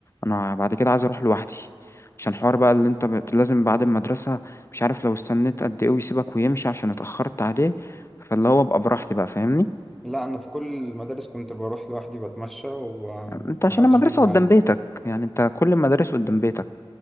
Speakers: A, on the left; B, in the centre.
A: انا بعد كده عايز اروح لوحدي عشان حوار بقى اللي انت بت- لازم بعد المدرسة مش عارف لو استنيت قد ايه ويسيبك ويمشي عشان اتأخرت عليه فاللي هو ابقى براحتي بقى فاهمني
B: لا أنا في كل المدارس كنت بروح لوحدي بتمشى ومحدش
A: انت عشان المدرسة
B: بيجي معايا
A: قدام بيتك يعني انت كل المدارس قدام بيتك